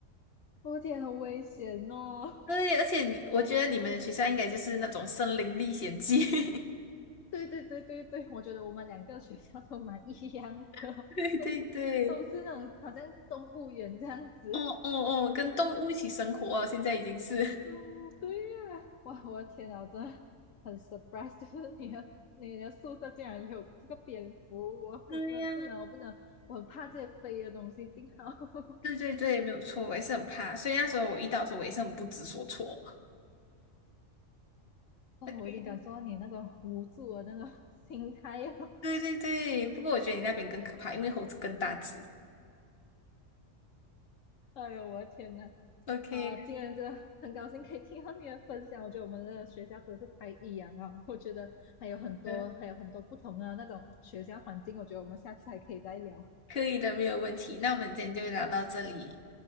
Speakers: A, on the left; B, on the left.
A: 我的天，很危险哦。
B: 对，而且你我觉得你们的学校应该就是那种森林历险记，
A: 对对对对对，我觉得我们两个学校都蛮一样的，
B: <laughs> 对对对，
A: 都是那种好像动物园这样子。
B: 哦哦哦，跟动物一起生活啊，现在已经是，
A: 哦，对呀，哇，我的天呐，我真的很 surprise，就是你的你的宿舍竟然有这个蝙蝠，我我真的不能，
B: <laughs> 对呀，
A: 我不能，我很怕这些飞的东西。幸好 <laughs>
B: 对对对，没有错，我也是很怕，所以那时候我遇到的时候，我也是很不知所措。
A: 哦，
B: OK，
A: 我已经感受到你那种无助的那种心态了。
B: 对对对，不过我觉得你那边更可怕，因为猴子更大只。
A: 哎呦，我的天呐，
B: OK，
A: 啊，今天真的很高兴可以听到你的分享，我觉得我们的学校真是太异样了。我觉得还有很多还有很多不同的那种学校环境，
B: 呃，
A: 我觉得我们下次还可以再聊。
B: 可以的，没有问题。那我们今天就聊到这里。